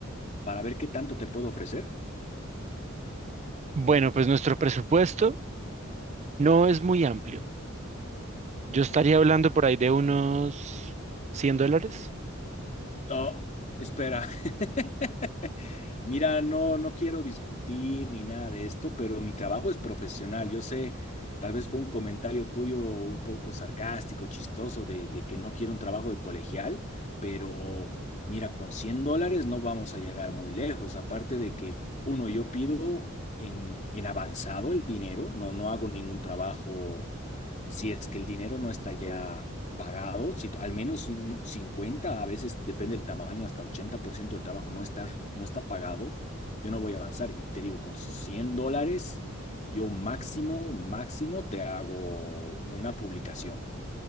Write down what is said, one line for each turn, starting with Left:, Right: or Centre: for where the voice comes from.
Left: para ver qué tanto te puedo ofrecer?
Right: Bueno, pues nuestro presupuesto no es muy amplio. Yo estaría hablando por ahí de unos 100 dólares.
Left: No, espera. <laughs> Mira, no, no quiero discutir ni nada de esto, pero mi trabajo es profesional. Yo sé, tal vez fue un comentario tuyo un poco sarcástico, chistoso, de, de que no quiero un trabajo de colegial, pero mira, con 100 dólares no vamos a llegar muy lejos. Aparte de que, uno, yo pido en, en avanzado el dinero, no, no hago ningún trabajo si es que el dinero no está ya pagado, si al menos un 50 a veces depende del tamaño, hasta 80% del trabajo no está, no está pagado, yo no voy a avanzar. Y te digo, con 100 dólares, yo máximo, máximo te hago una publicación.